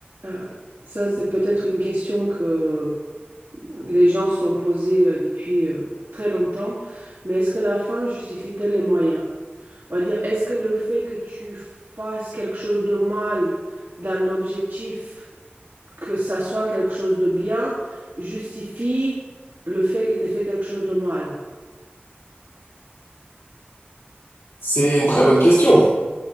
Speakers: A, on the right (about 85°); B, on the left (about 85°).
A: Euh, ça, c'est peut-être une question que les gens se sont posées euh, depuis euh, très longtemps, mais est-ce que la fin justifie-t-elle les moyens? On va dire, est-ce que le fait que tu fasses quelque chose de mal dans l'objectif que ça soit quelque chose de bien justifie le fait que tu aies fait quelque chose de mal?
B: C'est une très bonne question.